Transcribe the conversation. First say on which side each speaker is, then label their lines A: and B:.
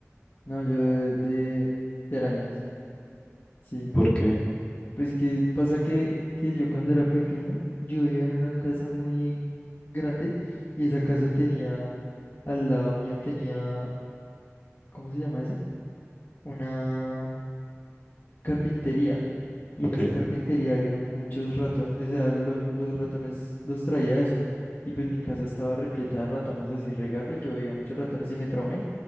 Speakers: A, on the left; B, on the left.
A: No, yo de, de, de arañas, sí.
B: ¿Por qué?
A: Pues que pasa que, que yo cuando era pequeño, yo vivía en una casa muy grande y esa casa tenía, al lado mío tenía, ¿cómo se llama eso? Una carpintería. Y
B: Ok.
A: en esa carpintería habían muchos ratones, o sea, los, los ratones los traía eso. Y pues mi casa estaba repleta de ratones así regarra y yo veía muchos ratones y me traumé